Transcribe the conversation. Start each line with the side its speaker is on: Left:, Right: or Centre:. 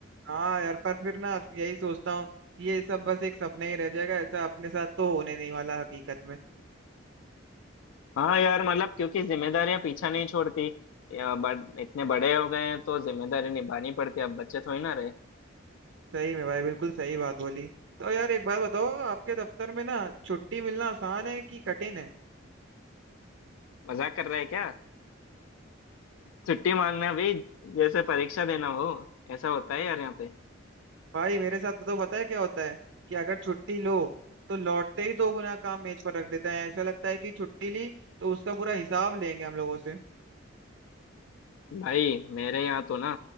Right: हाँ यार पर फिर ना यही सोचता हूँ कि ये सब बस एक सपना ही रह जाएगा ऐसा अपने साथ तो होने नहीं वाला हकीकत में
Left: हाँ यार मतलब क्योंकि जिम्मेदारियां पीछा नहीं छोड़ती या बड़ इतने बड़े हो गए हैं तो जिम्मेदारी निभानी पड़ती है अब बच्चे थोड़ी ना रहे
Right: सही में भाई बिल्कुल सही बात बोली तो यार एक बात बताओ आपके दफ्तर में ना छुट्टी मिलना आसान है कि कठिन है
Left: मजाक कर रहे हैं क्या छुट्टी मांगना भी जैसे परीक्षा देना हो ऐसा होता है यार यहाँ पे
Right: भाई मेरे साथ तो पता है क्या होता है कि अगर छुट्टी लो तो लौटते ही दो गुना काम मेज पर रख देते हैं ऐसा लगता है कि छुट्टी ली तो उसका पूरा हिसाब लेंगे हम लोगों से
Left: भाई मेरे यहाँ तो ना